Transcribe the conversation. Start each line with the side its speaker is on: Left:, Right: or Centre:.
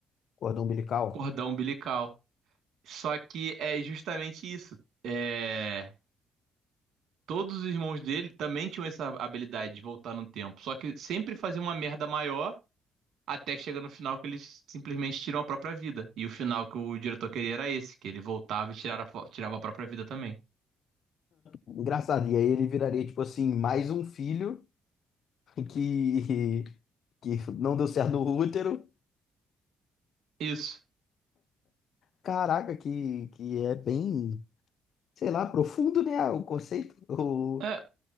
Left: Cordão umbilical.
Right: cordão umbilical. Só que é justamente isso. É, todos os irmãos dele também tinham essa habilidade de voltar no tempo. Só que sempre fazia uma merda maior até que chega no final que eles simplesmente tiram a própria vida. E o final que o diretor queria era esse, que ele voltava e tirava, tirava a própria vida também.
Left: Engraçado. E aí ele viraria, tipo assim, mais um filho que, <laughs> que não deu certo no útero.
Right: Isso.
Left: Caraca, que, que é bem, sei lá, profundo, né? O conceito. O,
Right: É,